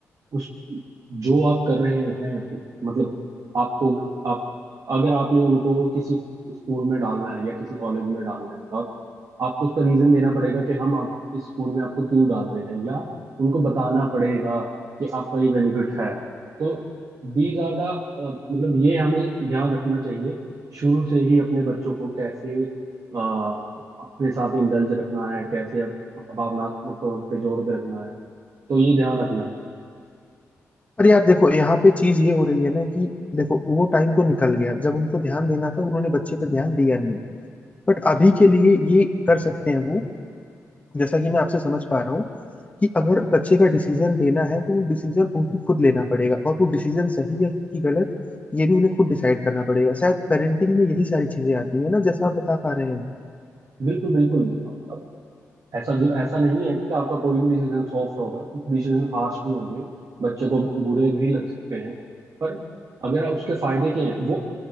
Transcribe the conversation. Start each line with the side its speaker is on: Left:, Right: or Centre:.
Right: उस जो आप कर रहे हैं उस- मतलब आपको आप अगर आपने उनको किसी स्कूल में डालना है या किसी कॉलेज में डालना है आपको उसका रीजन देना पड़ेगा कि हम आप इस स्कूल में आपको क्यों डाल रहे हैं या उनको बताना पड़ेगा कि आपका ये बेनिफिट है तो दीज आर द मतलब ये हमें ध्यान रखना चाहिए शुरू से ही अपने बच्चों को कैसे अ, अपने साथ इंडल्ज रखना है कैसे अप- भावनात्मक तौर पे जोड़ के रखना है तो ये ध्यान रखना है
Left: पर यार देखो यहाँ पे चीज ये हो रही है ना कि देखो वो टाइम तो निकल गया जब उनको ध्यान देना था उन्होंने बच्चे पे ध्यान दिया नहीं बट अभी के लिए ये कर सकते हैं वो जैसा कि मैं आपसे समझ पा रहा हूँ कि अगर बच्चे का डिसीजन लेना है तो वो डिसीजन उनको खुद लेना पड़ेगा और वो डिसीजन सही है कि गलत ये भी उन्हें खुद डिसाइड करना पड़ेगा शायद पेरेंटिंग में यही सारी चीजें आती है ना जैसा आप बता पा रहे हैं
Right: बिल्कुल बिल्कुल ऐसा जरूर ऐसा नहीं है कि कि आपका कोई भी डिसीजन सॉफ्ट होगा कुछ डिसीजन हार्श भी होंगे बच्चे को बुरे भी लग सकते हैं पर अगर उसके फायदे क्या हैं वो